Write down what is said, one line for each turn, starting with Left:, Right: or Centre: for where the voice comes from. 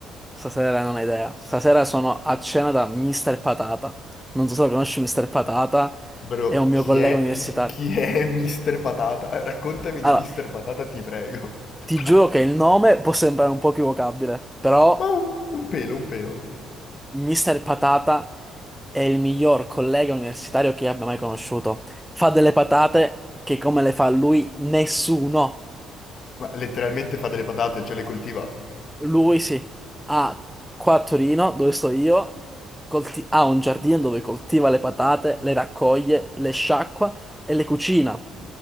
Centre: Stasera non hai idea. Stasera sono a cena da Mr. Patata. Non so se lo conosci Mr. Patata,
Left: Bro,
Centre: è un mio
Left: chi
Centre: collega
Left: è,
Centre: universitario.
Left: chi è Mr. Patata? Eh, Raccontami
Centre: Allora,
Left: di Mr. Patata, ti prego.
Centre: ti giuro che il
Left: <laughs>
Centre: nome può sembrare un po' equivocabile, però
Left: Ma un, un pelo, un pelo.
Centre: Mr. Patata è il miglior collega universitario che io abbia mai conosciuto. Fa delle patate che come le fa lui nessuno.
Left: Ma letteralmente fa delle patate, cioè le coltiva.
Centre: Lui sì, ha qua a Torino, dove sto io, colti- ha un giardino dove coltiva le patate, le raccoglie, le sciacqua e le cucina.